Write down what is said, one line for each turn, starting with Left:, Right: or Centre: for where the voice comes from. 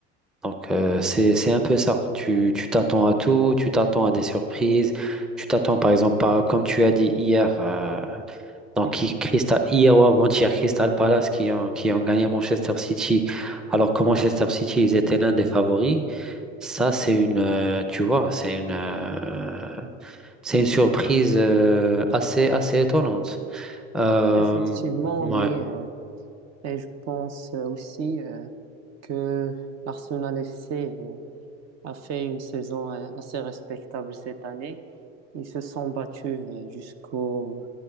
Centre: Donc, euh, c'est, c'est un peu ça. Tu, tu t'attends à tout, tu t'attends à des surprises, tu t'attends par exemple, par- comme tu as dit hier, euh, donc hi- Crystal, hier ou avant-hier, Crystal Palace qui ont, qui ont gagné Manchester City, alors que Manchester City, ils étaient l'un des favoris. Ça, c'est une, euh, tu vois, c'est une, euh, c'est une surprise euh, assez, assez étonnante. Euh,
Right: Effectivement,
Centre: ouais,
Right: oui. euh, et je pense euh, aussi euh, que l'Arsenal FC euh, a fait une saison euh, assez respectable cette année. Ils se sont battus euh, jusqu'aux